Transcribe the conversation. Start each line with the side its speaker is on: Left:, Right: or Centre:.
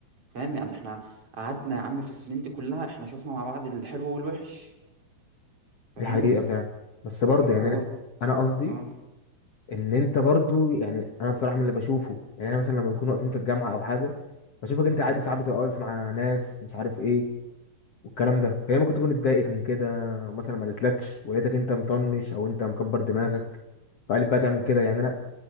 Right: فاهم يعني احنا قعدنا يا عم في السنين دي كلها احنا شفنا مع بعض الحلو والوحش فاهمني
Left: دي حقيقه فعلا بس برضه
Right: فاللي
Left: يعني
Right: هو
Left: انا انا قصدي
Right: اه
Left: ان انت برضه يعني انا بصراحه من اللي بشوفه يعني انا مثلا لما بنكون واقفين في الجامعه او حاجه بشوفك انت عادي
Right: امم
Left: ساعات بتبقى واقف مع ناس مش عارف ايه والكلام ده فهي ممكن تكون اتضايقت من كده مثلا ما قالتلكش ولقيتك انت مطنش او انت مكبر دماغك فقالت بقى تعمل كده يعني انا